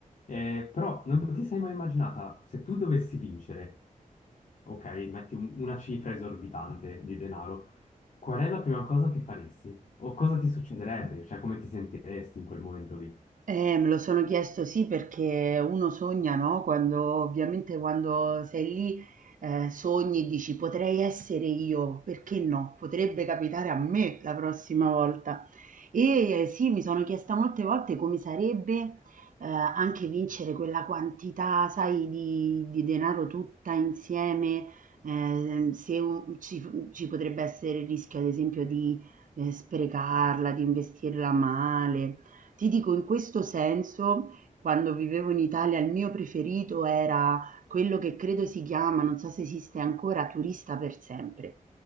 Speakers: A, on the left; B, on the right.
A: Eh, però non ti sei mai immaginata, se tu dovessi vincere, ok, metti un- una cifra esorbitante di denaro, qual è la prima cosa che faresti? O cosa ti succederebbe? Cioè, come ti sentiresti in quel momento lì?
B: Eh, me lo sono chiesto sì, perché uno sogna, no? Quando ovviamente quando sei lì eh, sogni e dici potrei essere io, perché no? Potrebbe capitare a me la prossima volta. E eh, sì, mi sono chiesta molte volte come sarebbe eh, anche vincere quella quantità, sai, di, di denaro tutta insieme, ehm, se un- ci, ci potrebbe essere il rischio, ad esempio, di eh, sprecarla, di investirla male. Ti dico in questo senso, quando vivevo in Italia il mio preferito era quello che credo si chiama, non so se esiste ancora, Turista per sempre,